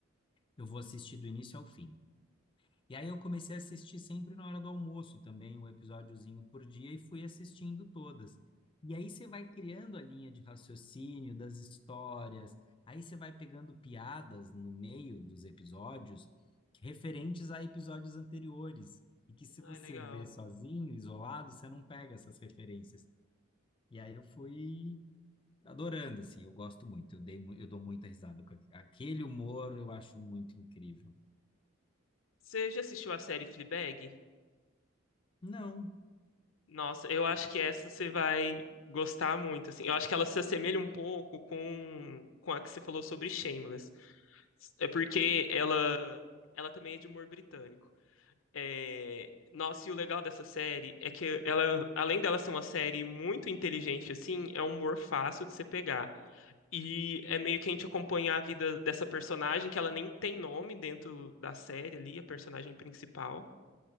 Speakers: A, on the left; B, on the left.
A: Eu vou assistir do início ao fim. E aí eu comecei a assistir sempre na hora do almoço também, um episódiozinho por dia, e fui assistindo todas. E aí você vai criando a linha de raciocínio das histórias, aí você vai pegando piadas no meio dos episódios referentes a episódios anteriores. E que se você
B: Ah, legal.
A: vê sozinho, isolado, você não pega essas referências. E aí eu fui adorando, assim, eu gosto muito, eu dei, mu- eu dou muita risada com aqu- aquele humor, eu acho muito incrível.
B: Você já assistiu a série Fleabag?
A: Não,
B: Nossa, eu acho que essa você vai gostar muito, assim. Eu acho que ela se assemelha um pouco com, com a que você falou sobre Shameless. É porque ela, ela também é de humor britânico. É, nossa, e o legal dessa série é que ela, além dela ser uma série muito inteligente, assim, é um humor fácil de você pegar. E é meio que a gente acompanha a vida dessa personagem, que ela nem tem nome dentro da série ali, a personagem principal.